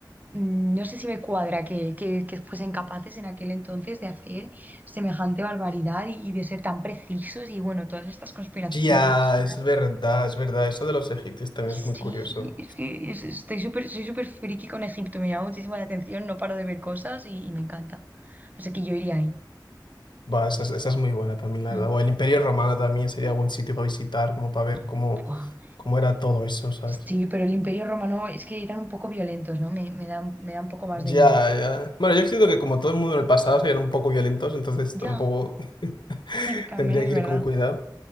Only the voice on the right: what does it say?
mm, No sé si me cuadra que, que- que fuesen capaces en aquel entonces de hacer semejante barbaridad y, y de ser tan precisos y bueno, todas estas conspiraciones.
que
hay.
Sí,
es que es- estoy súper, soy súper friki con Egipto, me llama muchísimo la atención, no paro de ver cosas y, y me encanta. Así que yo iría ahí.
Mm,
buah.
Sí, pero el Imperio Romano es que eran un poco violentos, ¿no? Me, me da, me da un poco más
de miedo.
Ya,
mm, también
es
verdad.